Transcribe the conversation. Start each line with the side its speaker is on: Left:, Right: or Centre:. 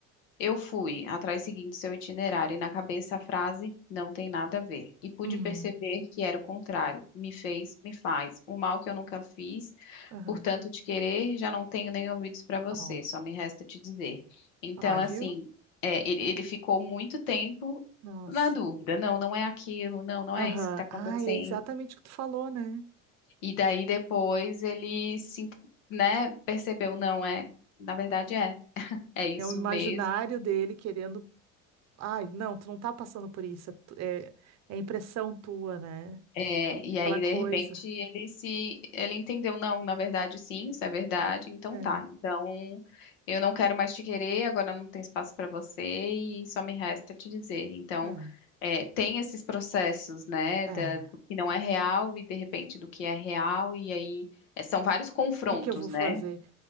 Left: Eu fui atrás seguindo seu itinerário e na cabeça a frase não tem nada a ver. E pude
Right: uhum,
Left: perceber que era o contrário. Me fez, me faz. O mal que eu nunca fiz,
Right: aham.
Left: portanto te querer, já não tenho nem ouvidos para você,
Right: Ó,
Left: só me resta te dizer. Então,
Right: ah, viu?
Left: assim, é, ele, ele ficou muito tempo
Right: Nossa.
Left: na dúvida. Não, não é aquilo, não, não
Right: Aham.
Left: é isso que está acontecendo.
Right: Ah, é exatamente o que tu falou, né?
Left: E daí depois ele se, né, percebeu, não é, na verdade é. É isso
Right: É o imaginário
Left: mesmo.
Right: dele querendo. Ai, não, tu não tá passando por isso. É, tu- é, é impressão tua, né?
Left: É, e
Right: Aquela
Left: aí,
Right: coisa.
Left: de repente, ele se, ele entendeu, não, na verdade, sim, isso é verdade, então
Right: É,
Left: tá. Então, eu não quero mais te querer, agora não tem espaço para você e só me resta te dizer. Então,
Right: é,
Left: é, tem esses processos, né,
Right: é.
Left: da- do que não é real e, de repente, do que é real, e aí, é, são vários confrontos,
Right: O que que eu vou
Left: né?
Right: fazer?